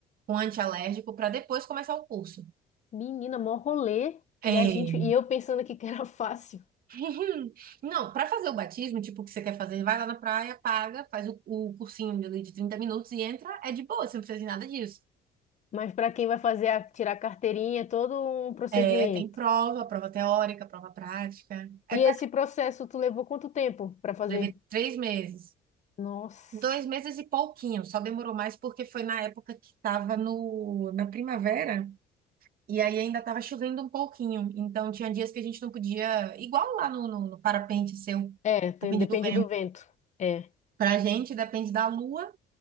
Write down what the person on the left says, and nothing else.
Menina, mó rolê.
E a gente, e eu pensando aqui que era <laughs> fácil.
Mas para quem vai fazer a, tirar a carteirinha, é todo um procedimento.
E
esse processo, tu levou quanto tempo para fazer?
Nossa.
É, tem-
depende
do vento. É.